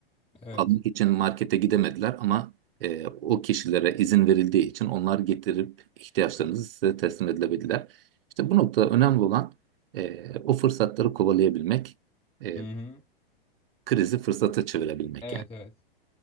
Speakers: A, on the left; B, on the right.
A: evet.
B: Almak için markete gidemediler ama e, o kişilere izin verildiği için onlar getirip ihtiyaçlarınızı size teslim edilebildiler. İşte bu noktada önemli olan e, o fırsatları kovalayabilmek, e,
A: Hı hı.
B: krizi fırsata çevirebilmek
A: Evet,
B: yani.
A: evet.